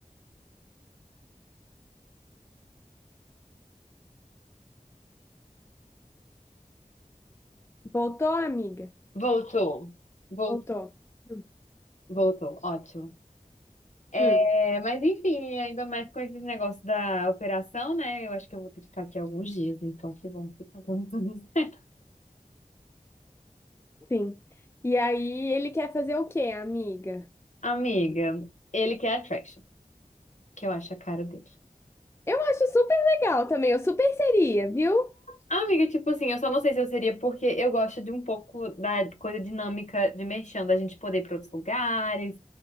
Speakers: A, on the left (about 20°); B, on the left (about 60°).
A: Voltou, amiga?
B: Voltou. Voltou,
A: Voltou. Hum,
B: voltou. Ótimo. É,
A: hum,
B: mas enfim, ainda mais com esses negócios da operação, né? Eu acho que eu vou ter que ficar aqui alguns dias, então que bom que tá dando tudo certo.
A: sim. E aí ele quer fazer o quê, amiga?
B: <laughs> Amiga, ele quer attraction, que eu acho a cara dele.
A: Eu acho super legal também, eu super seria, viu?
B: Ah, Amiga, tipo assim, eu só não sei se eu seria porque eu gosto de um pouco da coisa dinâmica de merchan, da gente poder ir pra outros lugares,